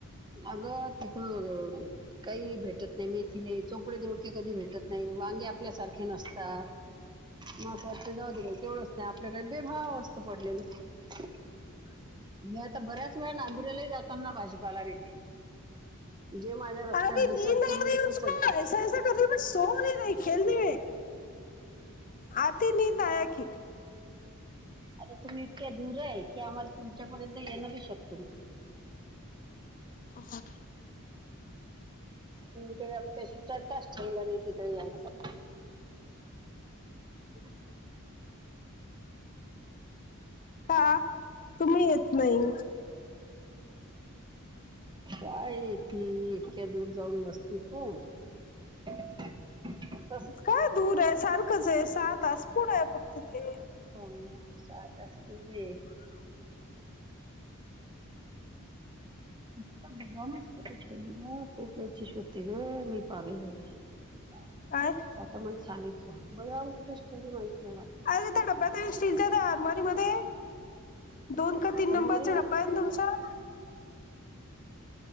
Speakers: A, on the right (about 20°); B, on the left (about 40°).
A: अगं तिथं. काई भेटत नाय मेथी नाय चोपडे दोडके कधी भेटत नाय वांगे आपल्यासारखे नसतात. महत्वाचं जाऊदे बाई तेवढंच नाही आपल्याकडे बेभाव असत पडलेलं. मी आता बऱ्याच वेळा नांदुऱ्याला ही जाताना भाजीपाला नेते. जे माझ्या रस्त्यात
B: अरे
A: दिसंल
B: नींद आ
A: ते मी
B: रही है
A: उचलतेच.
B: उसको <inaudible>
A: आता तुम्ही इतक्या दूर आहे की आम्हाला तुमच्यापर्यंत येणं बी शक्य नाहीये.
B: हां
A: तुम्ही काय आमच्याशी तंटाच ठेवला नाही तिकडे यायचा. <unintelligible>
B: का तुम्ही येत नाही?
A: काय येती इतक्या दूर जाऊन बसली तु. <inaudible>
B: काय दूर आहे सारखंच आहे सहा तास पुढं आहे फक्त ते.
A: हो सहा तास म्हणजे निकिता बदामच कुठं ठेवली गं खूप वेळची शोधती गं, मी पागल झाली. <inaudible>
B: काय?
A: आता मला सांगितलं बदामच कुठं ठेवली माहित नाही मला.
B: अरे त्या डब्यात आहे स्टीलच्या त्या अरमारी मध्ये. दोन का तीन
A: अलमारी
B: नंबरचा
A: मध्ये
B: डब्बा आहे ना तुमचा?